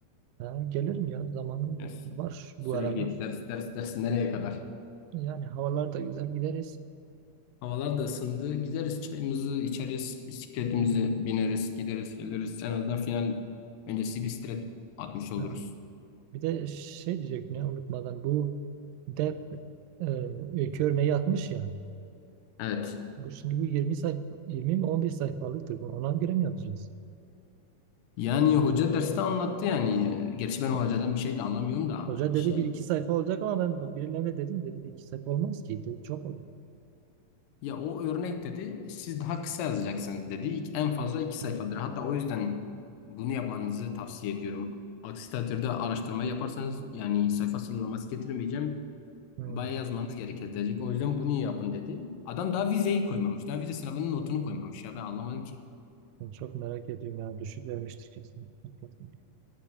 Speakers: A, on the right; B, on the left.
A: Ha, gelirim ya. Zamanım
B: Ya sü-
A: var bu
B: sürekli
A: aralar.
B: ders ders ders nereye kadar?
A: Yani havalar da güzel. Gideriz.
B: Havalar da ısındı. Gideriz çayımızı içeriz. Bisikletimizi
A: Hmm,
B: bineriz gideriz geliriz. En azından final öncesi bir stres atmış oluruz.
A: ha. Bir de şey diyecektim ya unutmadan. Bu dep e, öykü örneği atmış ya.
B: Evet.
A: Bu şimdi bu 20 sayfa 20 mi 11 sayfalıktır. Bu ona göre mi yapacağız?
B: Yani hoca derste anlattı yani. Gerçi ben
A: Ho-
B: hocadan bir şey de anlamıyorum da.
A: Hoca
B: Şey
A: dedi bir iki sayfa olacak ama ben birilerine dedim dedi bir iki sayfa olmaz ki. Dedi, çok olur.
B: ya o örnek dedi siz daha kısa yazacaksınız dedi. İk- En fazla iki sayfadır.
A: Hmm,
B: Hatta o yüzden bunu yapmanızı tavsiye ediyorum. Aksi takdirde araştırmayı yaparsanız yani sayfa sınırlaması getirmeyeceğim.
A: hmm.
B: Bayağı yazmanız gerekecek. O yüzden bunu yapın dedi. Adam daha vizeyi koymamış. Daha vize sınavının notunu koymamış ya ben anlamadım ki.
A: Ben çok merak ediyorum ya. Düşük vermiştir kesin. Hakikaten.